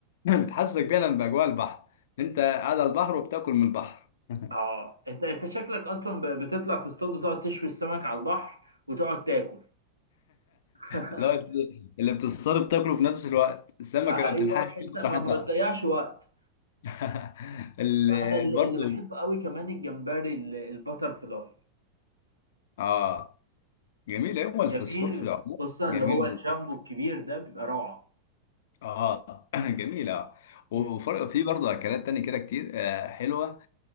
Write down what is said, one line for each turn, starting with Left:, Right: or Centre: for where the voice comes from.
Left: <laughs> بتحسسك فعلا بأجواء البحر انت قاعد على البحر وبتاكل من البحر <laughs>
Right: اه انت انت شكلك اصلا ب- بتطلع تصطاد وتقعد تشوي السمك على البحر وتقعد تاكل <laughs>
Left: اللي هو اللي بتصطاد بتاكله في نفس الوقت السمكة
Right: ايوه
Left: ما بتلحقش
Right: بحيث
Left: تاكل
Right: ما
Left: راحتها
Right: ما بتضيعش وقت
Left: <laughs> ال-
Right: لا انا اللي
Left: برضو
Right: اللي بحبه قوي كمان الجمبري ال- البتر فلاي
Left: اه جميل هو الفسفور
Right: جميل
Left: في العموم
Right: خصوصا
Left: جميل
Right: اللي هو الجامبو
Left: ومفيد
Right: الكبير ده بيبقى روعه
Left: اه <clears throat> جميل اه وفي
Right: مم.
Left: برضه اكلات تانية كده كتير آه حلوة